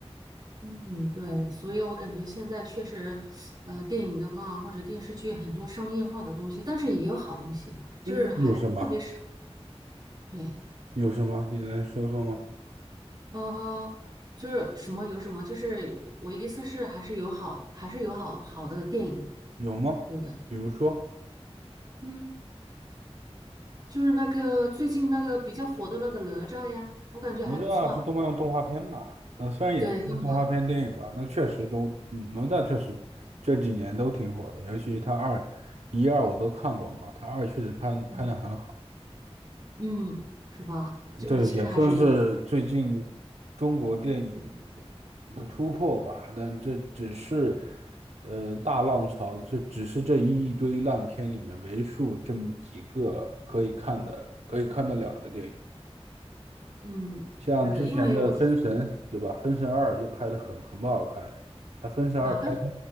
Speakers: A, on the right; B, on the right.
A: 嗯，对，所以我感觉现在确实，呃，电影的话或者电视剧很多商业化的东西，但是也有好东西，就是还特别少。
B: 嗯，有什么？
A: 对，
B: 有什么？你能说说吗？
A: 呃，就是什么有什么，就是我意思是还是有好，还是有好好的电影
B: 有吗？
A: 有的。
B: 比如说。
A: 嗯，就是那个最近那个比较火的那个哪吒呀，我感觉还不错啊。
B: 哪吒是动漫动画片吧？
A: 对，
B: 是动画片电影吧？
A: 动漫，
B: 那确实都，嗯哪吒确实这几年都挺火的，尤其是他二、一二我都看过嘛，他二确实拍拍的很好。
A: 嗯嗯，是吧？就是其实还是有，
B: 对，也算是最近中国电影的突破吧，但这只是呃大浪潮，这只是这一堆烂片里面为数这么几个可以看的、可以看得了的电影。
A: 嗯，
B: 像之前的《封神》，
A: 是因为我
B: 对吧？《封神二》就拍的很很不好看呀。他《封神二》拍成
A: 哪个